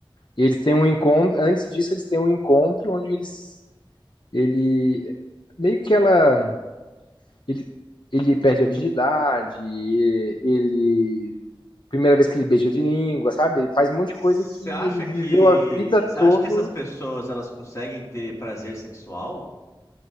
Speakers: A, on the left; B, on the left.
A: E eles têm um encontro, antes disso eles têm um encontro onde eles ele meio que ela Ele, ele perde a virgindade, e- ele. Primeira vez que ele beija de língua, sabe? Ele Faz um monte de
B: Você
A: coisa que
B: acha
A: ele viveu
B: que
A: a vida
B: você
A: toda.
B: acha que essas pessoas elas conseguem ter prazer sexual?